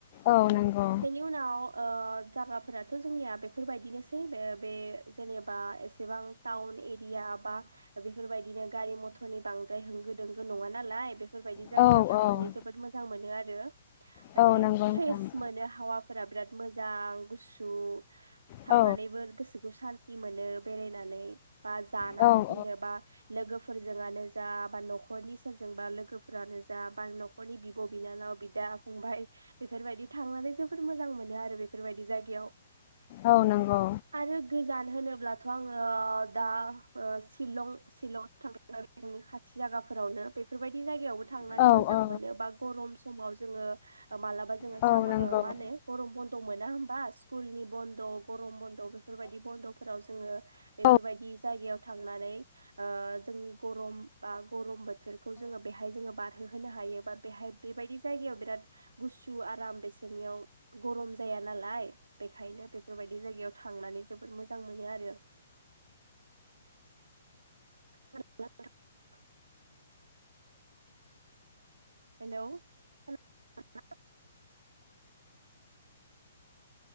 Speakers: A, on the left (about 40°); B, on the right (about 70°).
A: औ नोंगौ।
B: बेनि उनाव ओ जागाफोराथ' जोंनिया बे फोरबायदिनोसै बे बे जेनेबा एसेबां टाउन एरिया बा बेफोरबायदिनो गारि मथरनि बांद्राय होंगो दोंगो नङा नालाय बे फोरबायदि जायगायाव
A: औ
B: थांनानै
A: औ
B: जोबोद मोजां मोनो आरो। <unintelligible>
A: औ
B: माने
A: नंगौ नोंथां
B: फ्रेस मोनो हावा फोरा बिराद मोजां गुसु थांनानैबो
A: औ
B: गोसोखौ सान ति मोनो बेरायनानै। बा जानानै
A: औ औ
B: फैनो बा लोगो फोरजोंआनो जा बा न'खरनि सोरजोंबा लोगोफोरानो जा बा न'खरनि बिब' बिनानाव बिदा फंबाय बेफोरबायदि थांनानै जोबोर मोजां मोनोआरो बेफोरबायदि जायगायाव।
A: औ नोंगौ।
B: आरो गोजान होनोब्लाथ' आङो दा ओ सिलं सिलं <inaudible> जोंनि खाथि जागाफोरावनो बेफोरबायदि जायगायावबो थांनानै
A: औ
B: मोजां
A: औ
B: मोनो बा गरम समाव जोङो मालाबा जोङो
A: औ
B: साम
A: नंगौ
B: ओ मा होनो गरमफोर मोना होनोमबा स्कुलनि बन्द गरम बन्द' बेफोरबायदि बन्द'फोराव जोङो बेफोरबायदि
A: औ औ
B: जायगायाव थांनानै ओ जोंनि गरम बा गरम बोथोरखौ जोङो बेहाय जोङो बारहोहोनो हायो बा बेहाय बेबायदि जायगायाव बिराद गुसु आराम बेसोरनियाव गरम जाया नालाय बेखायनो बे बेफोरबायदि जायगायाव थांनानै जोबोद मोजां मोनो आरो । <unintelligible> हेलौ <unintelligible>